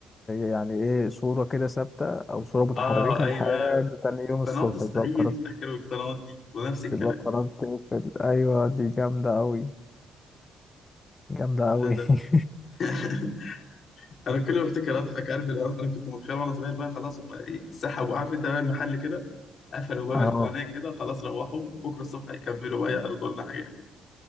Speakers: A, on the left; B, on the left.
A: يعني ايه صورة كده ثابتة او صورة متحركة
B: اه ايوه
A: لحد تاني
B: وقناه
A: يوم الصبح
B: الصعيد
A: تبقى قررت
B: فاكر القنوات دي ونفس الكلام
A: تبقى قررت تقفل. ايوه دي جامدة اوي جامدة
B: لا
A: اوي
B: ده
A: <laughs>
B: <laughs> انا كل ما افتكر اضحك عارف اللي هو انا كنت متخيل وانا صغير بقى خلاص هم إيه، سحبوا عارف انت بقى المحل كده قفلوا باب
A: اه
B: القناه كده خلاص روحوا بكره الصبح يكملوا بقى يعرضوا لنا حاجات